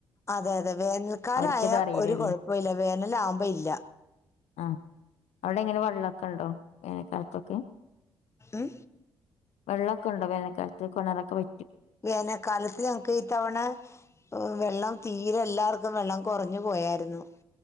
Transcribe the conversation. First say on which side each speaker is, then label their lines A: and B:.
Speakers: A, on the left; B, on the left.
A: അതെ അതെ വേനൽക്കാലായ
B: അവർക്കിത് അറിയില്ലല്ലേ
A: ഒരു കുഴപ്പമില്ല വേനല ആകുമ്പോ ഇല്ല.
B: ആഹ് അവിടെ എങ്ങനെ വെള്ളമൊക്കെ ഉണ്ടോ? വേനൽക്കാലത്തൊക്കെ?
A: ഏഹ്?
B: വെള്ളക്കെ ണ്ടോ വേനൽക്കാലത്ത് കൊണറൊക്കെ വ
A: വേനക്കാ കാലത്തിൽ ഞങ്ങക്ക് ഈ തവണ വെള്ളം തീരെ എല്ലാവർക്കും വെള്ളം കുറഞ്ഞു പോയായിരുന്നു